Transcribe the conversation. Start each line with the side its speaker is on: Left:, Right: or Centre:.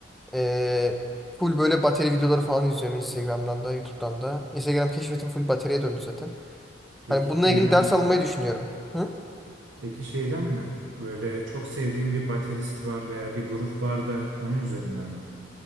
Centre: Ee, full böyle bateri videoları falan izliyorum Instagram'dan da YouTube'dan da. Instagram keşfetim full bataryaya döndü zaten.
Right: Peki
Centre: Hani bununla
Right: şeyden
Centre: ilgili ders
Right: mi?
Centre: almayı düşünüyorum. Hı?
Right: Peki şeyden mi? Böyle çok sevdiğin bir baterist var veya bir grup var da onun üzerinden mi?